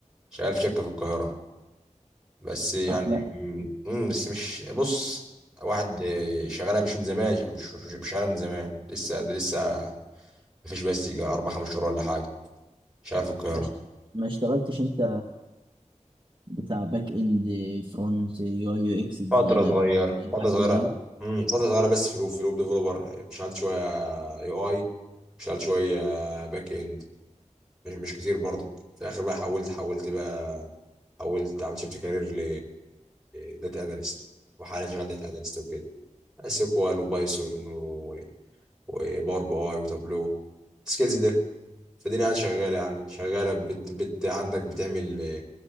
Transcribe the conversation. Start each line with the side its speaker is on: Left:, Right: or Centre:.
Centre: شغال في شركه في القاهره بس يعني
Right: اه لا
Centre: امم بس مش بص واحد آه، شغالها مش من زمان مش مش مش شغالها من زمان لسه ده لسه مفيش بس يجي اربع خمس شهور ولا حاجه شغال في القاهره
Right: ما اشت- ما اشتغلتش انت بتاع باك اند فرونت يو اي يو اكس ديزاين
Centre: فترة صغيرة
Right: الحاجات
Centre: فترة صغيرة
Right: دي
Centre: امم فترة صغيرة بس في الويب في الويب ديفلوبر شغال شوية اي اي شغال شوية باك اند مش, مش كتير برضك في الاخر بقى حولت حولت بقى حولت عملت شيفت كارير ل لداتا اناليست وحاليا شغال داتا اناليست وكده اس كوال وبايثون و- وباور بي اي وتابلو السكيلز ده فالدنيا قاعدة شغالة يعني شغالة بت, بت عندك بتعمل